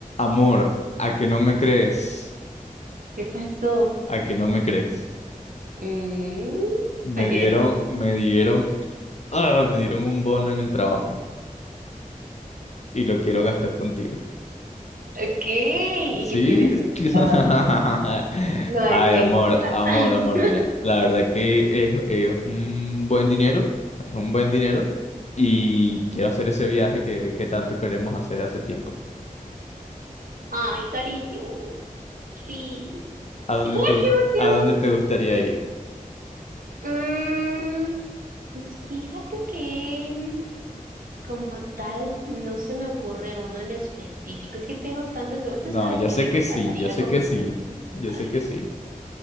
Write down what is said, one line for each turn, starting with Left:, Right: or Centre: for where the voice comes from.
Left: Amor, a que no me crees,
Right: ¿Qué pasó?
Left: a que no me crees.
Right: Mm,
Left: Me
Right: me tienes.
Left: dieron, me dieron, ah, me dieron un bono en el trabajo y lo quiero gastar contigo.
Right: Ok, ¿y
Left: Sí.
Right: qué tienes pensado?
Left: <laughs>
Right: No,
Left: Ay,
Right: yo- me
Left: amor,
Right: encanta.
Left: amor,
Right: <laughs>
Left: amor, mira, la verdad que es, es un buen dinero, es un buen dinero y quiero hacer ese viaje que, que tanto queremos hacer hace tiempo.
Right: Ay, cariño. Sí. <laughs>
Left: ¿A dónde
Right: ¡Ay,
Left: te, gust-
Right: qué emoción!
Left: a dónde te gustaría ir?
Right: Mm, pues fíjate que mm, como tal no se me ocurre uno en específico. Es que tengo tantos lugares.
Left: No,
Right: Tú sabes
Left: yo
Right: que
Left: sé
Right: a mí
Left: que
Right: me
Left: sí,
Right: encantaría
Left: yo sé
Right: conocer
Left: que sí,
Right: muchos lugares.
Left: yo sé que sí.